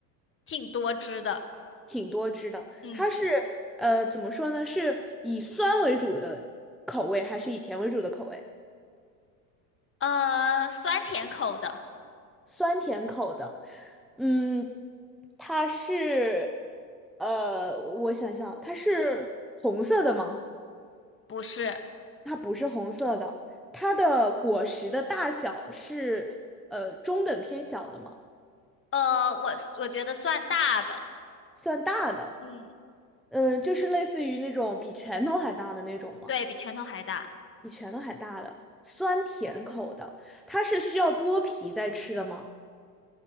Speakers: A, on the left (about 25°); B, in the centre.
A: 挺多汁的。
B: 挺多汁的。
A: 嗯，
B: 它是呃，怎么说呢？是以酸为主的口味，还是以甜为主的口味？
A: 呃，酸甜口的
B: 酸甜口的。嗯，它是呃，我想想，它是红色的吗？
A: 不是，
B: 它不是红色的。它的果实的大小是呃中等偏小的吗？
A: 呃，我我觉得算大的，
B: 算大的，
A: 嗯，
B: 嗯，就是类似于那种比拳头还大的那种吗？
A: 对比拳头还大。
B: 比拳头还大的，酸甜口的，它是需要剥皮再吃的吗？